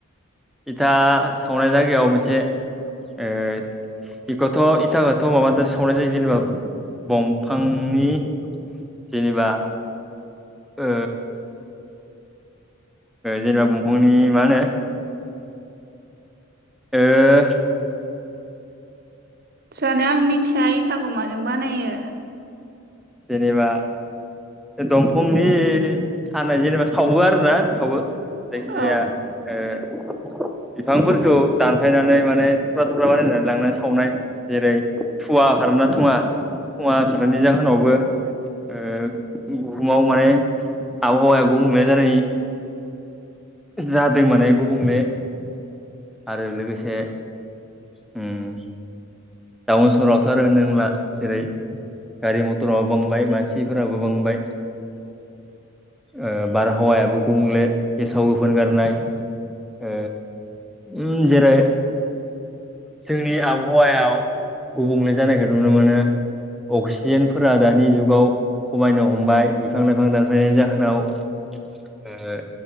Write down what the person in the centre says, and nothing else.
इथा सावनाय जायगायाव मोनसे ओ बेखौथ' इथाखौथ' माबादोसो सावनाय जायो जेनेबा दंफांनि जेनेबा ओ जेनेबा बंफंनि मा होनो ओ
जेनेबा दंफंनि थानाय जेनेबा सावो आरो ना सावो। जायखिजाया
ओ बिफांफोरखौ दानफायनानै माने थुख्रा थुख्रा बानायनानै लांनानै सावनाय जेरै थुवा ओंखारो ना थुवा थुवा ओंखारनायनि जाहोनावबो ओ बुहुमाव माने आबहावाया गुबुंले जानायनि जादों माने गुबुंले। आरो लोगोसे ओम टाउन सहरावथ' आरो होननो नांला जेरै गारि मथराबो बांबाय मानसिफोराबो बांबाय। ओ बारहावायाबो गुबुंले गेसाव गोफोन गारनाय ओ। ओम जेरै जोंनि आबहावायाव गुबुंले जानायखौ नुनो मोनो। अक्सिजेनफोरा दानि जुगाव खमायनो हमबाय बिफां लाइफां दानफायनायनि जाहोनाव ओ